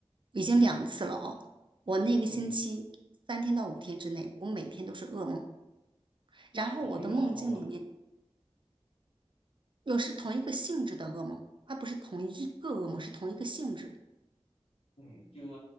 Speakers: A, on the right (about 50°); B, on the left (about 80°).
A: 已经两次了哦。我那个星期三天到五天之内，
B: 嗯哼，
A: 我每天都是噩梦，然后我的梦境里面
B: 同一个噩梦吗？
A: 有是同一个性质的噩梦，它不是同一个噩梦，是同一个性质。
B: 嗯，就是